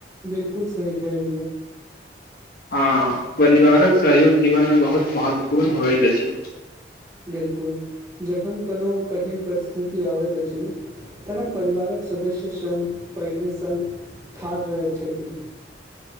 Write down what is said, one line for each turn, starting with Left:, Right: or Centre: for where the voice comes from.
Right: बिलकुल सही कहलियौ
Left: ह परिवारक सहयोग जीवनमे बहुत महत्वपूर्ण होइत अछि
Right: बिलकुल जखन कोनो कठिन परिस्थिति आबैत अछि तखन परिवारक सदस्य स पहिने सङ्ग थाढ़ रहैत छथिन